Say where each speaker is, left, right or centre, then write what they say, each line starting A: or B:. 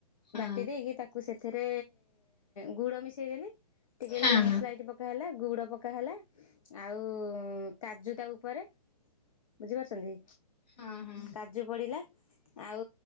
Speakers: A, on the left; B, on the left.
A: ହଁ
B: ବାଟି ଦେଇକି ତାକୁ ସେଥିରେ ଗୁଡ ମିଶେଇ ଦେଲି ଟିକେ
A: ହଁ
B: ଲୁଣ
A: ହଁ
B: ସ୍ଲାଇଟ ପ ପକା ହେଲା ଗୁଡ଼ ପକା ହେଲା ଆଉ କାଜୁ ତା ଉପରେ ବୁଝିପାରୁଛନ୍ତି
A: ହଁ ହଁ
B: କାଜୁ ପଡିଲା। ଆଉ